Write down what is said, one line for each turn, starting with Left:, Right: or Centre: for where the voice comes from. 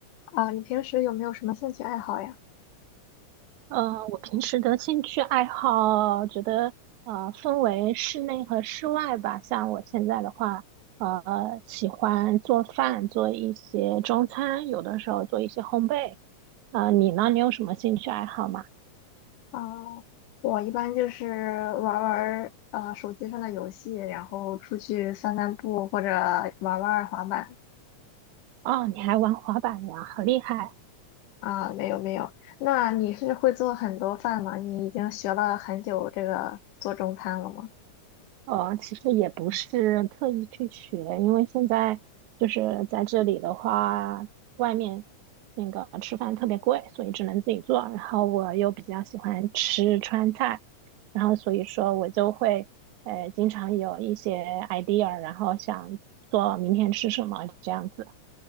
Left: 啊，你平时有没有什么兴趣爱好呀？
Right: 呃，我平时的兴趣爱好，觉得呃分为室内和室外吧。像我现在的话，呃，喜欢做饭，做一些中餐，有的时候做一些烘焙。呃，你呢？你有什么兴趣爱好吗？
Left: 啊，我一般就是玩儿玩儿啊手机上的游戏，然后出去散散步或者玩儿玩儿滑板。
Right: 哦，你还玩滑板呀，好厉害！
Left: 啊，没有没有。那你是会做很多饭吗？你已经学了很久这个做中餐了吗？
Right: 呃，其实也不是特意去学，因为现在就是在这里的话，外面那个吃饭特别贵，所以只能自己做。然后我又比较喜欢吃川菜，然后所以说我就会呃经常有一些 idea，然后想做明天吃什么这样子。